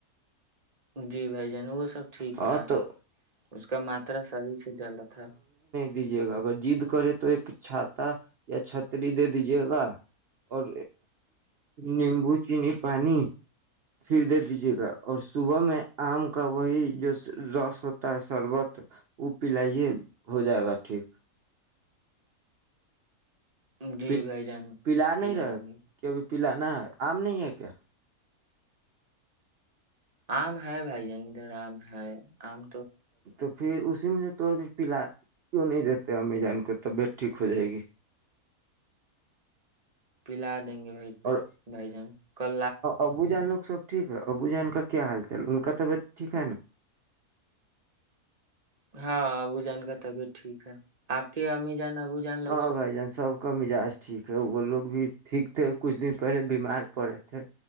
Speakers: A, on the right; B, on the right.
A: جی بھائی جی وہ سب ٹھیک
B: ہاں
A: تھا
B: تو
A: اس کا ماترا صحیح سے جلا تھا
B: دیجے گا اگر جد کرے تو ایک چھاتا یا چھتری دے دیجیے گا اور نیمبو چینی پانی پھر دے دیجے گا اور صبح میں آم کا وہی جو رس ہوتا ہے شربت وہ پلاائیے ہو جائے گا ٹھیک
A: جی
B: پ
A: بھائی جان
B: پلا
A: پلائیں
B: نہیں رہا
A: گے
B: کیبھی پلا نہا آم نہیں ہے کیا
A: آم ہے بھائی جانیدھر آم ہے آم
B: تو پھر اسی میں سے توڑ کے پلا کیوں نہیں دیتے امی جان کو طبیعت ٹھیک ہو جائے گی
A: <inaudible> دیں گے بھائی
B: اور
A: بھائی جان ک <unintelligible>
B: ابو جانو سب ٹھیک ہے ابو جان کا کیا حال چال ان کا طبیعت ٹھیک ہے نا
A: <unintelligible> ان کا طبیعت ٹھیک ہے اپ کی امی جان ابو جان لو
B: ہاں بھائی جان سب کا مزاج ٹھیک ہے وہ لوگ بھی ٹھیک تھے کچھ دن پہلے بیمار پڑے تھے